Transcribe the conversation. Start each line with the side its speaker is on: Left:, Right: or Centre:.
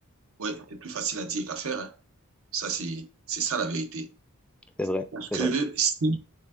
Right: Oui, c'est plus facile à dire qu'à faire. hein. Ça, c'est, c'est ça la vérité.
Centre: C'est vrai,
Right: Parce
Centre: c'est
Right: que
Centre: vrai.
Right: si